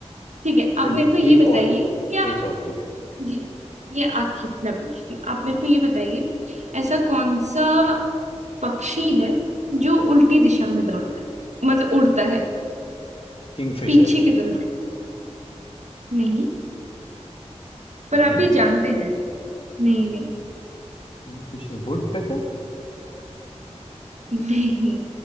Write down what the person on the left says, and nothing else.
चल
एक
और
एक और पूछ
किंगफिशर
नहीं
किंगफिशर वुड पेकर